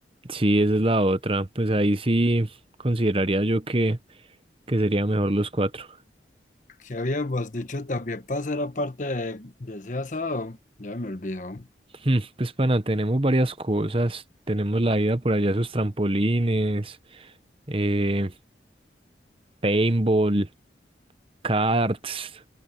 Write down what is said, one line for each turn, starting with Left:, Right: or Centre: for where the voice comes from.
Right: Sí, esa es la otra. Pues ahí sí consideraría yo que, que sería mejor los cuatro.
Left: ¿Qué habíamos dicho también para hacer aparte de, de ese asado? Ya me olvidó.
Right: Mm, Pues pana, tenemos varias cosas. Tenemos la ida por allá a sus trampolines, eh, paintball, karts,